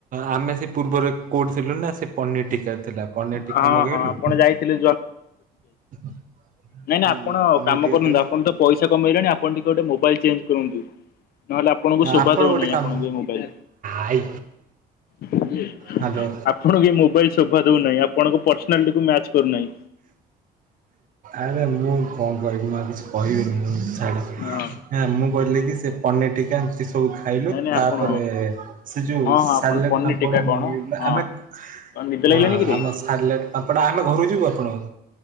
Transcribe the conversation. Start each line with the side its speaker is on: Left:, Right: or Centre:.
Right: ଆମେ ସେ ପୂର୍ବର କୋଉଠି ଥିଲୁ ନା ସେ ପନିର ଟି କାରେ ଥିଲା ପନିର ଟିକା
Left: ହଁ
Right: ମଗେଇଲୁ
Left: ହଁ ଆପଣ ଯାଇଥିଲେ
Right: <unintelligible>
Left: ନାଇଁ-ନାଇଁ ଆପଣ
Right: ପନିର
Left: କାମ
Right: ଟିକେ
Left: କରନ୍ତୁ
Right: ଖାଇଲୁ
Left: ଆପଣ ତ ପଇସା କମେଇଲେନି ଆପଣ ଟିକେ ଗୋଟେ ମୋବାଇଲ୍ ଚେଞ୍ଜ୍ କରନ୍ତୁ ନହେଲେ ଆ ଆପଣଙ୍କୁ ଶୁଭା
Right: ଆପଣ
Left: ଦଉନାହିଁ
Right: ଗୋଟେ କାମ
Left: ଆପଣଙ୍କୁ ଏ ମୋବାଇଲ
Right: ଆଇ
Left: <unintelligible>
Right: ହ୍ୟାଲୋ
Left: ଆ ଆପଣଙ୍କୁ ଏଇ ମୋବାଇଲ ଶୋଭା ଦୋଉ ନାଇଁ ଆପଣ ପର୍ସନାଲିଟିକୁ ମ୍ୟାଚ୍ କରୁନାହିଁ।
Right: ଆରେ ମୁଁ କଣ କହିବି ମୁଁ ଆଉ କିଛି କହିବିନି ମୁଁ ଛାଡ।
Left: ହଁ।
Right: ହଁ ମୁଁ କହିଲି କି ସେ ପନିର ଟିକା ଏମିତି ସବୁ ଖାଇଲୁ
Left: ନାଇଁ ନାଇଁ
Right: ତାପରେ
Left: ଆପଣ
Right: ସେ ଯୋଉ
Left: ହଁ ହଁ
Right: ସାଲାଡ
Left: ଆପଣ ପନିର
Right: ପା
Left: ଟୀକା
Right: <unintelligible>
Left: କଣ ହଁ
Right: ଆମେ
Left: କଣ ନିଦ ଲାଗିଲାନି
Right: ହଁ
Left: କିରେ?
Right: ଆମ ସାରିଲେ ପାମ୍ପଡ଼ ଆମେ ଘରୁକୁ ଯିବୁ ଆପଣଙ୍କର